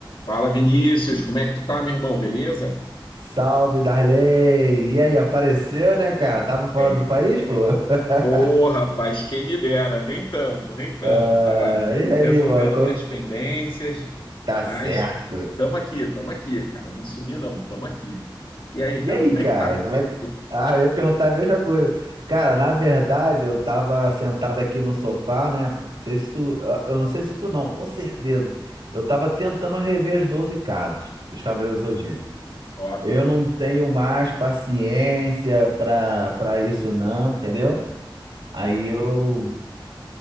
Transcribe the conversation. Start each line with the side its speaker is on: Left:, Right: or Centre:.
Left: Fala, Vinícius, como é que tu tá, meu irmão? Beleza?
Right: Salve, Darley! E aí, apareceu, né, cara? Tava fora
Left: É.
Right: do país, pô?
Left: Ô,
Right: <laughs>
Left: rapaz, quem me dera, nem tanto, nem tanto.
Right: Ah,
Left: Tava
Right: e aí,
Left: resolvendo
Right: mano? Como-
Left: minhas pendências,
Right: Tá
Left: mas
Right: certo.
Left: tamo aqui, tamo aqui, cara. Não sumi, não, tamo aqui. E aí,
Right: E
Left: cara,
Right: aí,
Left: como
Right: cara?
Left: é que tá?
Right: Como é que.
Left: Tu-
Right: Ah, eu ia perguntar a mesma coisa. Cara, na verdade, eu tava sentado aqui no sofá, né? Não sei se tu. Eu eu não sei se tu não, com certeza. Eu tava tentando rever as 12 casas dos Cavaleiros do Zodíaco.
Left: Top.
Right: Eu não tenho mais paciência pra, pra isso, não, entendeu? Aí eu.